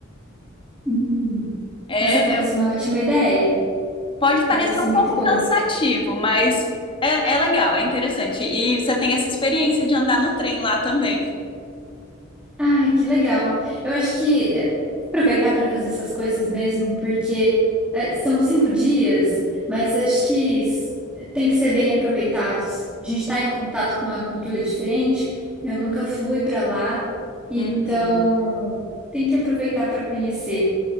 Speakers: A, in the centre; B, on the left.
A: Hum,
B: É,
A: Essa parece
B: é
A: uma ótima ideia.
B: Pode parecer
A: Parece
B: um
A: muito
B: pouco
A: bom.
B: cansativo, mas é, é legal, é interessante. E você tem essa experiência de andar no trem lá também.
A: Ai, que legal. Eu acho que é, aproveitar para fazer essas coisas mesmo, porque é, são cinco dias, mas acho que s- tem que ser bem aproveitados. A gente está em contato com uma cultura diferente. Eu nunca fui para lá, então
B: Uhum.
A: tem que aproveitar para conhecer.